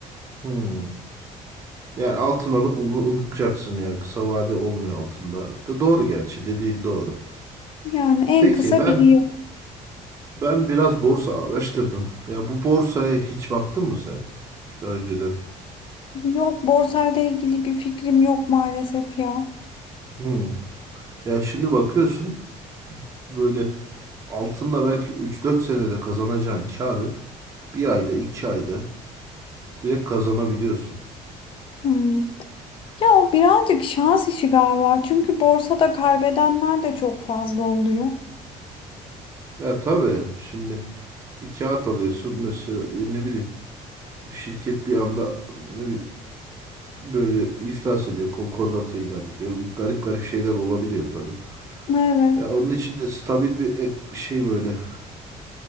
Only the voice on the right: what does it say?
Hmm. Yani altın alıp unu- unutacaksın yani kısa vade olmuyor altında. da doğru gerçi dediğin doğru.
Peki
ben
ben biraz borsa araştırdım. Ya bu borsaya hiç baktın mı sen daha önceden?
Hmm. Ya şimdi bakıyorsun böyle altınla belki üç dört senede kazanacağın karı bir ayda 2 ayda direkt kazanabiliyorsun.
Ya tabii şimdi bir kağıt alıyorsun mesela ya ne bileyim şirket bir anda ne bileyim, böyle iflas ediyor, konkordato ilan ediyor. Garip garip şeyler olabiliyor tabii.
Ya onun için de stabil bir ek- şey böyle